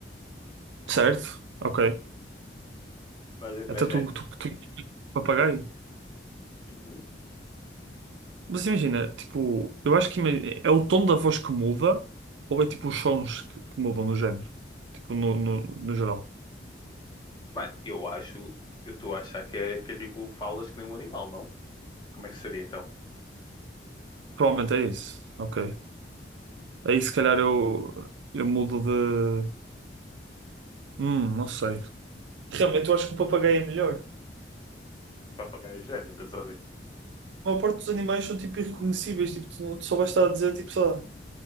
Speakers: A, on the right; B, on the left.
A: Certo? Ok.
B: Vais ver como
A: Até
B: é
A: tu,
B: gênio.
A: tu, tu, papagaio.
B: Uhum.
A: Mas imagina, tipo, eu acho que ima- é o tom da voz que muda ou é tipo os sons que, que mudam no género? Tipo, no, no, no geral.
B: Mano, eu acho, eu estou a achar que é, que é tipo falas que nem um animal, não? Como é que seria então?
A: Provavelmente é isso. Ok. Aí se calhar eu, eu mudo de. Hum, não sei. Realmente eu acho que o papagaio é melhor.
B: Papagaio é gênio, pensa assim.
A: A maior parte dos animais são tipo irreconhecíveis, tipo, tu não- tu só vais estar a dizer, tipo, sei lá, não